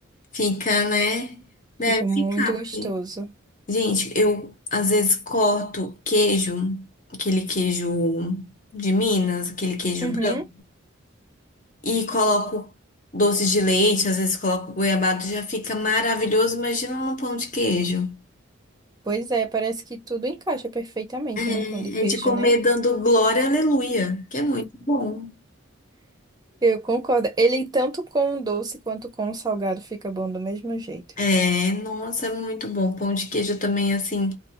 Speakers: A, on the left; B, on the right.
A: Fica, né? Deve
B: Fica muito
A: ficar,
B: gostoso.
A: porque. Gente, eu às vezes corto queijo, aquele queijo de Minas, aquele queijo
B: Uhum.
A: branco, e coloco doce de leite, às vezes coloco goiabado, já fica maravilhoso. Imagina num pão de queijo.
B: Pois é, parece que tudo encaixa perfeitamente
A: É,
B: no pão de queijo,
A: é de comer
B: né?
A: dando glória, aleluia, que é muito bom.
B: Eu concordo. Ele tanto com o doce quanto com o salgado fica bom do mesmo jeito.
A: É, nossa, é muito bom. Pão de queijo também, assim.